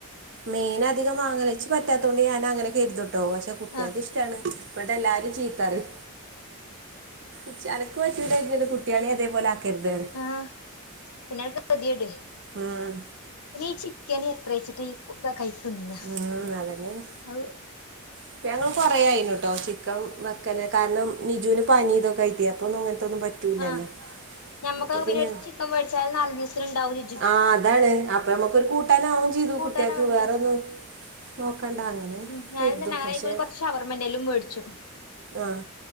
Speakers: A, on the right; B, on the left.
A: മീനധികം വാങ്ങ നെച്ച് പറ്റാത്ത കൊണ്ട് ഞാൻ അങ്ങനൊക്കെ കെരുതൂട്ടോ, പച്ചെ കുട്ടികക്കിഷ്ടാണ്
B: ആഹ്
A: ഇവിടെ എല്ലാരും ചീത്തറയും. ച്ച് അനക്ക് പറ്റൂല എങ്കിൽ കുട്ടികളെ അതേപോലെ ആക്കരുത് പറയും.
B: ആഹ് <unintelligible>
A: ആഹ്
B: ഇനി ഈ ചിക്കന് എത്ര വെച്ചിട്ട ഈ കഴിക്ക് തിന്ന്കാ
A: ഉം അതന്നെയാണ്
B: അവ്
A: ഇപ്പ ഞങ്ങൾ കൊറേ ആയിന്ട്ടോ ചിക്കൻ വെക്കല് കാരണം നിജുന് പനി ഇതൊക്കെ ആയിട്ടെ അപ്പൊന്നും അങ്ങനത്തെന്നും പ റ്റൂല്ലല്ലോ.
B: ആഹ് ഞമ്മക്കൊക്കെ
A: അപ്പോ പിന്നെ,
B: ഒരു ചിക്കൻ മേടിച്ചാൽ നാലഞ്ച് ദിവസത്തിന് ഉണ്ടാവും ജിജു
A: ആഹ് അതാണ് ആ പ്പ നമ്മക്കൊരു കൂട്ടാൻ ആവും ചെയ്തു.
B: കൂട്ടാനാ
A: കുട്ടികക്ക്
B: വേണ്ടിയെ
A: വേറൊന്നും നോക്കണ്ടാ അങ്ങനെ.
B: ഉം ഞാനിന്ന്
A: കരുതും
B: <unintelligible>
A: പക്ഷെ
B: പോയി കൊറച്ച് ഷവർമെന്തെല്ലും മേടിച്ചു.
A: ആഹ്